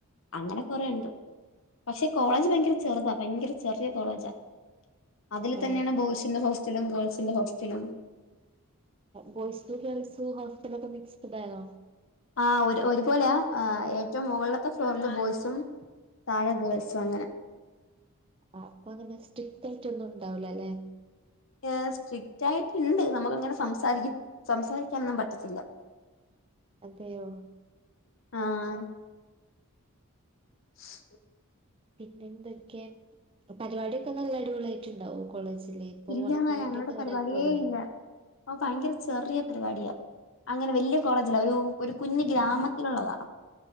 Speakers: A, on the left; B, on the right.
A: അങ്ങനെ കൊറെണ്ട് പക്ഷെ കോളേജ് ഭയങ്കര ചെറുതാ ഭയങ്കര ചെറിയ കോളേജാ അതില്
B: ആ
A: തന്നെയാണ് ബോയ്സിൻ്റെ ഹോസ്റ്റലും ഗേൾസിന്റെ ഹോസ്റ്റലും
B: ബോയിസും ഗേൾസും ഹോസ്റ്റലൊക്കെ ഒക്കെ മിക്സ്ടായിരുന്നോ
A: ആഹ് ഒരു ഒരുപോലെയാ ഏറ്റവും മുകളിലത്തെ ഫ്ലോറില് ബോയ്സും താഴെ ഗേൾസു അങ്ങനെ
B: ആഹ് അപ്പൊങ്ങനെ സ്ട്രിറ്റായിട്ട് ഒന്നു ഉണ്ടാവൂലല്ലെ
A: ന്നെ സ്ട്രിക്റ്റ് ആയിട്ടുണ്ട് നമുക്ക്ങ്ങനെ സംസാരിക്കും സംസാരിക്കാനൊന്നും പറ്റത്തില്ല
B: അതെയോ
A: ആഹ് <inaudible>
B: പിന്നെന്തൊക്കെ പരിപാടിയൊക്കെ നല്ല അടിപൊളി ആയിട്ടുണ്ടാവോ കോളേജ് നി ഇപ്പോ
A: ഇല്ല
B: ഒണപരിപാടിയൊക്കെ
A: ഞങ്ങളുടെ പരിപാടിയേ
B: വരാൻ പോവല്ലേ
A: ഇല്ല ഓ ഭയങ്കര ചെറിയ പരിപാടിയാ അങ്ങനെ വലിയ കോളേജല്ല ഒരു ഒരു കുഞ്ഞഞ് ഗ്രാമത്തിലുള്ളതാ